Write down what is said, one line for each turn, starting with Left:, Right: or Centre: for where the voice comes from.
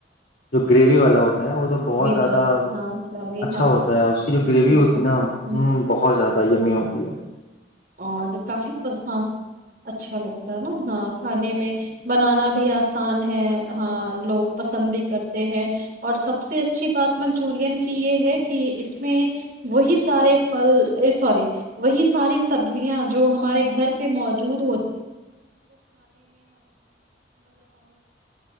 Left: جو گریوی والا ہوتا ہے وہ تو بہت زیادہ
Right: والا ہاں ساری
Left: اچھا
Right: ہاں
Left: ہوتا ہے اس کی جو
Right: اچھا
Left: گریوی
Right: ہوتا
Left: ہوتی ہے نا
Right: ہم،
Left: بہت زیادہ یمی ہوتی شریہ <unintelligible>
Right: اور کافی ہاں اچھا لگتا ہے نا ہاں کھانے میں بنانا بھی آسان ہے ہاں لوگ پسند بھی کرتے ہیں اور سب سے اچھی بات منچورن کی یہ ہے کہ اس میں وہی سارے پھل سوری وہی ساری سبزیاں جو ہمارے گھر پے موجود